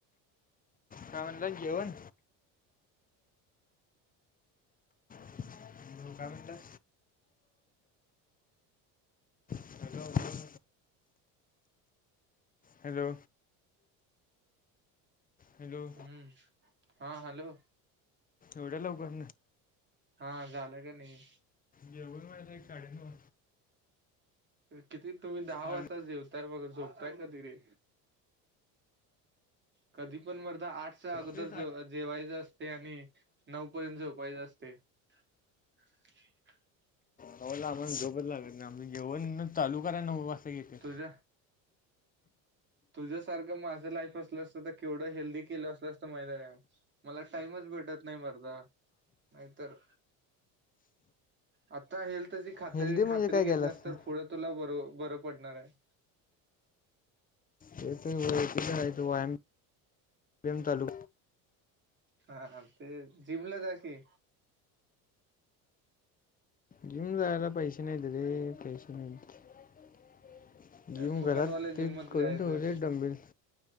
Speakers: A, on the left; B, on the right.
A: काय म्हणला, जेवन? <unintelligible> काय मनताय? <unintelligible> <unintelligible> Hello hello.
B: हम्म हा हॅलो.
A: एवढ्या <unintelligible>
B: हा, झालं का नाही?
A: जेवण व्हायला, एक साडे- नऊ
B: किती तुम्ही दहा
A: साडे
B: वाजता जेवताय. मग झोपताय कधी रे? कधी पण मर्दा आठच्या अगोदर
A: ते
B: जेव अह जेवायचं असतय आणि नऊ पर्यंत झोपायचं असतय. <inaudible>
A: नवला आम्हाला झोपचं लागत नाही जेवण चालू कराय नऊ वाजता घेते.
B: तुझ्या तुझ्यासारखं माझं लाईफ असलं असतं, तर केवढं हेल्दी केलं असलं असतं महिती हाय काय? मला टाइमच भेटत नाही मर्दा नाहीतर आता हेल्थची खात्री
A: हेल्दी म्हणजे
B: खात्री
A: काय
B: घेतल्यास
A: केलं असतं
B: तर पुढं तुला बरो बरं पडणार आहे.
A: ते तर ओळखीचं हाय व्यायाम व्याम चालू
B: हा हा ते जिमला जा कि
A: जिम जायलां पैशे नाहीत रे पैशे हम्म जिम
B: फुकटवाल्या
A: घरात
B: जिम
A: ते
B: मध्ये
A: करून
B: जायचं
A: ठेवले डंबेल्स